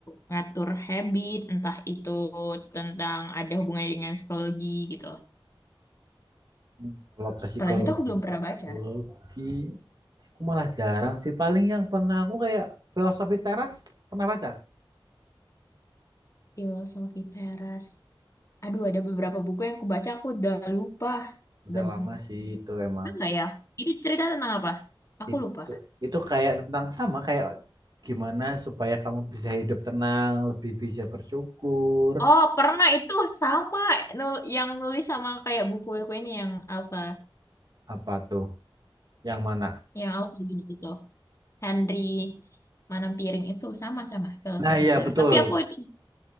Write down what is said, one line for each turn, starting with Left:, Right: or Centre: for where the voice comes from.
Left: ngatur habit, entah itu tentang ada hubungannya dengan psikologi gitu. loh.
Right: Hmm, kalau psikologi,
Left: Kalau yang itu aku belum pernah
Right: psikologi
Left: baca.
Right: aku malah jarang sih. Paling yang pernah aku kayak filosofi teras pernah baca.
Left: Filosofi Teras. Aduh, ada beberapa buku yang aku baca aku udah lupa.
Right: Udah
Left: Ben,
Right: lama sih itu emang.
Left: enggak ya? Itu cerita tentang apa? Aku
Right: Itu
Left: lupa.
Right: itu kayak tentang sama kayak gimana supaya kamu bisa hidup tenang, lebih bisa bersyukur,
Left: Oh, pernah itu sama nul- yang nulis sama kayak buku-buku ini yang apa?
Right: apa tuh? Yang mana?
Left: Yang apa gitu. Henry Manam itu sama-sama filosofi
Right: Nah, iya
Left: teras.
Right: betul.
Left: Tapi aku itu